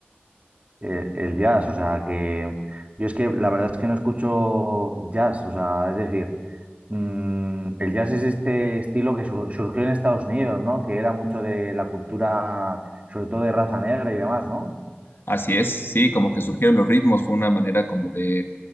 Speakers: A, on the right; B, on the left.
A: Eh, el jazz, o sea, que yo es que la verdad es que no escucho jazz, o sea, es decir, mm, el jazz es este estilo que sur- surgió en Estados Unidos, ¿no? Que era mucho de la cultura, sobre todo de raza negra y demás, ¿no?
B: Así es, sí, como que surgieron los ritmos, fue una manera como de,